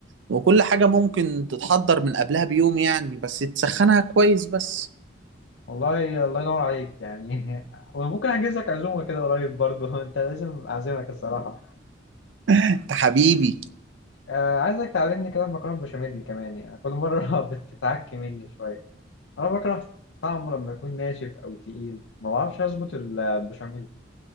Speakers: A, on the right (about 70°); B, on the left (about 70°).
A: وكل حاجه ممكن تتحضر من قبلها بيوم يعني بس تسخنها كويس بس
B: والله الله ينور عليك يعني <laughs> وممكن احجز لك عزومه كده قريب برضه <laughs> انت لازم اعزمك الصراحه
A: انت حبيبي
B: آه عايزك تعلمني كده المكرونه بالبشاميل كمان يعني كل مره <laughs> بتتعك مني شويه انا بكره طعمه لما يكون ناشف او تقيل ما بعرفش اظبط البشاميل